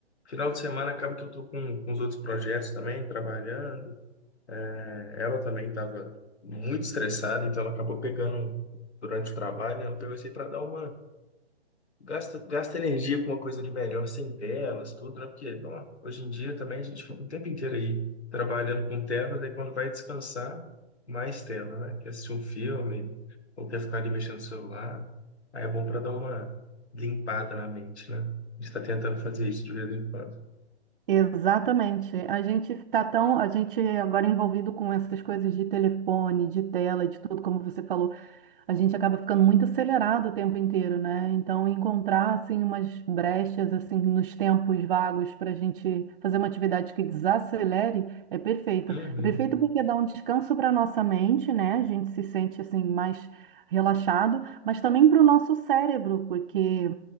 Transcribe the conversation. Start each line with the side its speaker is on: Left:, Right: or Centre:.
Left: final de semana acaba que eu tô com, com os outros projetos também, trabalhando. É, Ela também estava muito estressada, então ela acabou pegando durante o trabalho, né? Ela pegou isso aí para dar uma Gasta, gasta energia com uma coisa ali melhor, sem telas, tudo, né? Porque, não, hoje em dia também a gente fica o tempo inteiro aí trabalhando com telas, aí quando vai descansar, mais tela, né? Quer assistir um filme, ou quer ficar ali mexendo no celular. Aí é bom para dar uma limpada na mente, né? A gente tá tentando fazer isso de vez em quando.
Right: Exatamente. A gente tá tão, a gente agora envolvido com essas coisas de telefone, de tela, de tudo, como você falou. a gente acaba ficando muito acelerado o tempo inteiro, né? Então, encontrar assim umas brechas assim nos tempos vagos para a gente fazer uma atividade que desacelere é perfeito.
Left: Uhum,
Right: É perfeito porque dá um descanso para nossa mente, né? A gente se sente assim mais relaxado, mas também para o nosso cérebro, porque